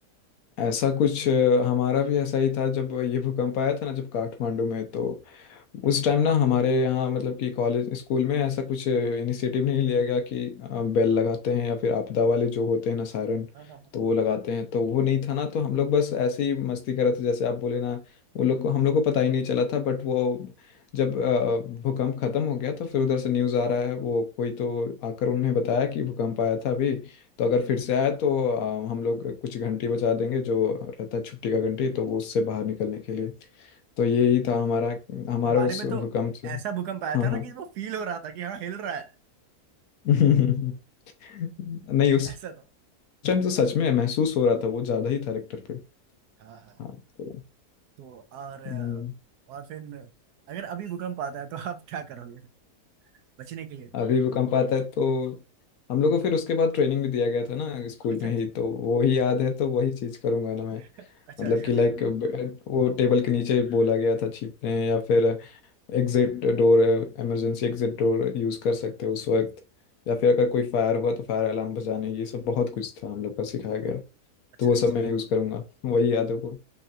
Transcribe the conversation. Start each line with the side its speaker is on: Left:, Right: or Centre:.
Left: ऐसा कुछ अ, हमारा भी ऐसा ही था जब ये भूकंप आया था ना जब काठमांडू में तो उस टाइम ना हमारे यहाँ मतलब कि कॉलेज स्कूल में ऐसा कुछ इनिशिएटिव नहीं लिया गया कि अ, बेल लगाते हैं या फिर आपदा वाले जो होते हैं ना सायरन
Right: हाँ, हाँ, हाँ।
Left: तो वो लगाते हैं तो वो नहीं था ना तो हम लोग बस ऐसे ही मस्ती कर रहे थे जैसे आप बोले ना वो लोग को हम लोग को पता ही नहीं चला था बट वो जब अ, भूकंप खत्म हो गया तो फिर उधर से न्यूज़ आ रहा है वो कोई तो आकर उन्हें बताया कि भूकंप आया था अभी तो अगर फिर से आया तो अ, हम लोग कुछ घंटी बजा देंगे जो रहता है छुट्टी का घंटी तो वो उससे बाहर निकलने के लिए तो यही था हमारा हमारा
Right: हमारे
Left: उस
Right: में
Left: भूकंप
Right: तो
Left: से
Right: ऐसा भूकंप आया
Left: हाँ
Right: था ना
Left: हाँ
Right: कि वो फील हो रहा था कि हाँ हिल रहा है
Left: <laughs> नहीं उस
Right: <laughs> ऐसा था
Left: टाइम तो सच में महसूस हो रहा था वो ज्यादा ही था रेक्टर पे
Right: हाँ हाँ
Left: हाँ तो
Right: तो और
Left: हम्म,
Right: और फिर अगर अभी भूकंप आता है तो आप क्या करोगे बचने के लिए
Left: अभी भूकंप आता है तो हम लोग को फिर उसके बाद ट्रेनिंग भी दिया गया था ना स्कूल
Right: अच्छा
Left: में
Right: अच्छा
Left: ही तो वो ही याद है तो वही चीज करूंगा ना
Right: <laughs>
Left: मैं
Right: अच्छा
Left: मतलब
Right: अच्छा
Left: कि
Right: बिल्कुल
Left: लाइक वो टेबल के नीचे बोला गया था छिपने या फिर एग्जिट डोर है इमरजेंसी एग्जिट डोर यूज कर सकते हो उस वक्त या फिर अगर कोई फायर हुआ तो फायर अलार्म बजाने ये सब बहुत कुछ था हम लोग का सिखाया गया
Right: अच्छा
Left: तो वो
Right: अच्छा
Left: सब मैं यूज करूंगा वही याद है को